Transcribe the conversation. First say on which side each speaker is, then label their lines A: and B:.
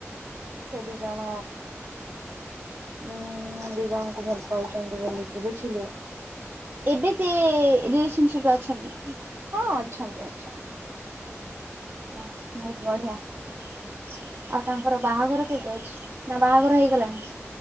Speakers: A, on the right (about 65°); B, on the right (about 45°).
A: ସେ ଦି ଜଣ ହୁଁ ଦିଜଣଙ୍କୁ ଭଲ ପାଉଛନ୍ତି ବୋଲିକି, ବୁଝିଲୁ।
B: ଏବେ ସେ ରିଲେସନସିପରେ ଅଛନ୍ତି?
A: ହଁ ଅଛନ୍ତି ଅଛନ୍ତି।
B: ଓ ଭାଇ ବଢିଆ। ଆଉ ତାଙ୍କର ବାହାଘର କେବେ ଅଛି, ନା ବାହାଘର ହେଇଗଲାଣି?